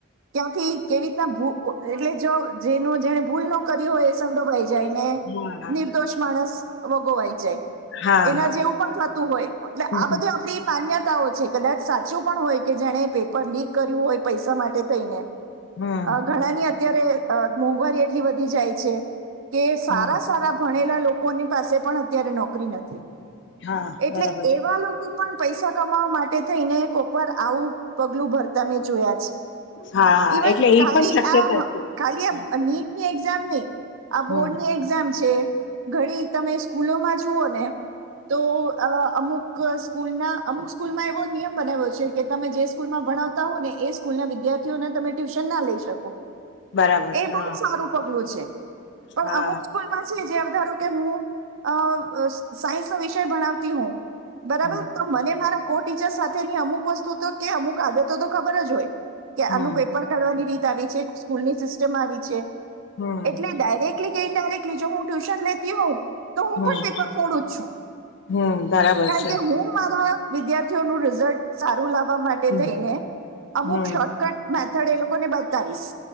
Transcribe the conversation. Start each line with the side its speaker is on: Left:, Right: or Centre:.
Right: ક્યાંથી કેવી રીતના ભુ એટલે જો જેનું જેને ભૂલ ન કરી હોય એ સંડોવાય જાયને
Left: હા
Right: નિર્દોષ માણસ વગોવાઈ જાય
Left: હા
Right: એના
Left: હા
Right: જેવું પણ થતું હોય એટલે
Left: હમ
Right: આ બધું આપડી માન્ય તાઓ છે, કદાચ સાચું પણ હોય કે જેણે પેપર લીક કર્યું હોય પૈસા માટે થઈને
Left: હમ
Right: અ ઘણાની અત્યારે અ મોંઘવારી એટલી વધી જાય છે. કે સારા
Left: હમ.
Right: સારા ભણેલા લોકોની પાસે પણ અત્યારે નોકરી નથી.
Left: હા
Right: એટલે
Left: બરાબર
Right: એવા લોકો પણ પૈસા કમાવા માટે થઈને કોક વાર આવું પગલું ભરતા મેં જોયા ઈવન
Left: હા હા એટલે એ
Right: કાલી
Left: પણ શક્યતા
Right: આ
Left: છે હમ
Right: ખાલી આમ નીટની એક્ઝામ આ
Left: હમ
Right: બોર્ડ ની એક્ઝામ છે, ઘડી તમે સ્કૂલોમાં જુઓ ને તો અ અમુક સ્કૂલના અમુક સ્કૂલમાં એવો નિયમ બનાવ્યો છે, કે તમે જે સ્કૂલમાં ભણાવતા હોય ને એ સ્કૂલના વિદ્યાર્થીઓને તમે ટ્યુશનના લઈ શકો
Left: બરાબર
Right: એ
Left: હા
Right: બોવ જ સારું પગલું છે. પણ
Left: હા
Right: અમુક સ્કૂલ પાસે જે ધારો કે હું અ સાયન્સનો વિષય ભણાવતી હોઉ બરાબર
Left: હમ
Right: તો મને મારા કો ટીચર સાથેની અમુક વસ્તુ તો કે અમુક આદતો તો ખબર જ હોય કે
Left: હમ
Right: આનું પેપર કાઢવાની રીત આવી છે, સ્કૂલની સિસ્ટમ આવી છે.
Left: હમ
Right: એટલે ડાયરેક્ટલી કે ઇન્ડાયરેક્ટલી જો હું ટ્યુશન લેતી હોઉં તો હું
Left: હમ
Right: પણ પેપર ફોડું જ છું
Left: હમ બરાબર
Right: કારણ
Left: છે.
Right: કે હું મારા વિદ્યાર્થીઓનું રિઝલ્ટ સારું લાવવા માટે
Left: હમ
Right: થઈને અમુક
Left: હમ
Right: શોર્ટકટ મેથડ એ લોકો ને બતાવીશ